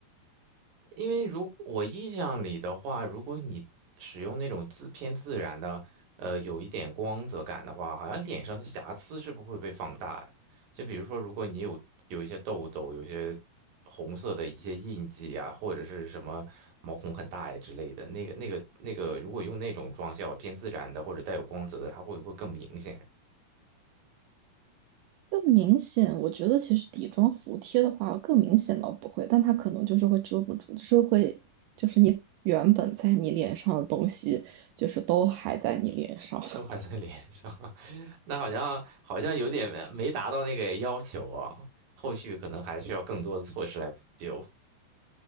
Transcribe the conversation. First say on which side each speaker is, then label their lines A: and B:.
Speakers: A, on the right; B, on the right.
A: 因为如我印象里的话，如果你使用那种自偏自然的，呃，有一点光泽感的话，好像脸上的瑕疵是不会被放大呀。就比如说，如果你有有一些痘痘，有些红色的一些印记啊，或者是什么毛孔很大呀之类的，那个那个那个，如果用那种妆效偏自然的或者带有光泽的，它会不会更明显？
B: 更明显，我觉得其实底妆服帖的话，更明显倒不会，但它可能就是会遮不住，就是会，就是你原本在你脸上的东西，就是都还在你脸上。<laughs>
A: 都还在脸上，<laughs> 那好像好像有点没达到那个要求啊，后续可能还需要更多的措施来补救。